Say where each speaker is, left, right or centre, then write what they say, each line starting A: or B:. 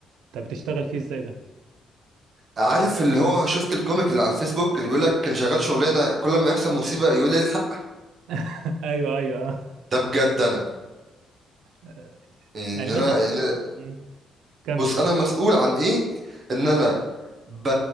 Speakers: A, on the right (about 85°); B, on the right (about 40°).
A: طب بتشتغل فيه ازاي ده؟
B: عارف اللي هو شفت الكوميك اللي على الفيسبوك اللي بيقول لك كان شغال شغلانه كل ما يحصل مصيبه يقول لي الحق
A: <laughs> ايوه ايوه
B: ده بجد انا
A: آه.
B: يعني
A: يعني مثلا
B: انا
A: مم. كمل
B: بص
A: كمل
B: انا مسؤول عن ايه ان انا ب...